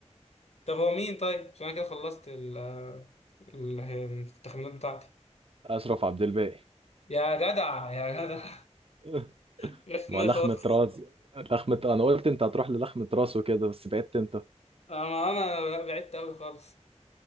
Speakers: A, on the left; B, on the right.
A: طب هو مين طيب عشان انا كده خلصت ال ال- التخمينات بتاعتي
B: اشرف عبد الباقي
A: يا جدع يا جدع
B: <laughs>
A: <laughs> يا دماغي
B: ما لخمة
A: خالص
B: راس لخمة انا قلت انت هتروح للخمة راس وكده بس بعدت انت
A: انا انا بعدت قوي خالص